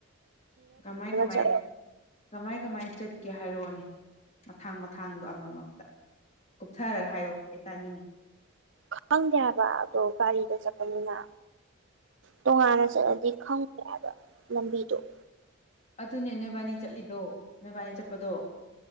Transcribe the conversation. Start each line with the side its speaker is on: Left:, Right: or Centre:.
Left: ꯀꯃꯥꯏ ꯀꯃꯥꯏ
Right: ꯆꯠꯂ
Left: ꯀꯃꯥꯏ ꯀꯃꯥꯏ ꯆꯠꯀꯦ ꯍꯥꯏꯔꯛꯑꯣꯅꯦ ꯃꯊꯥꯡ ꯃꯊꯥꯡꯗꯣ ꯑꯃꯃꯝꯇ ꯀꯨꯞꯊꯔꯒ ꯍꯥꯏꯔꯣ ꯑꯩ ꯇꯥꯅꯤꯡꯉꯤ
Right: ꯈꯪꯗꯦ ꯍꯥꯏꯕ ꯑꯗꯣ ꯒꯥꯔꯤꯗ ꯆꯠꯄꯅꯤꯅ ꯇꯣꯉꯥꯟꯅ ꯆꯠꯂꯗꯤ ꯈꯪ ꯌꯥꯕ ꯂꯝꯕꯤ ꯗ‌ꯣ
Left: ꯑꯗꯨꯅꯦ ꯅꯣꯏꯕꯥꯅꯤ ꯆꯠꯂꯤꯗꯣ ꯅꯣꯏꯕꯥꯅꯤ ꯆꯠꯄꯗꯣ